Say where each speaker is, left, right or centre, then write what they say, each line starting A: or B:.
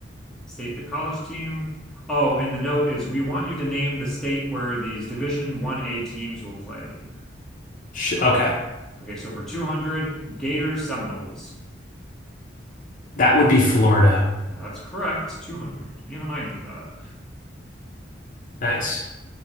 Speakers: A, in the centre; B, on the left.
A: State the college team. Oh, and the note is we want you to name the state where these Division 1A teams will play.
B: Sh
A: So,
B: okay.
A: okay, so for 200, Gators Seminoles.
B: That would be Florida.
A: That's correct. 200. Even I knew that.
B: Nice.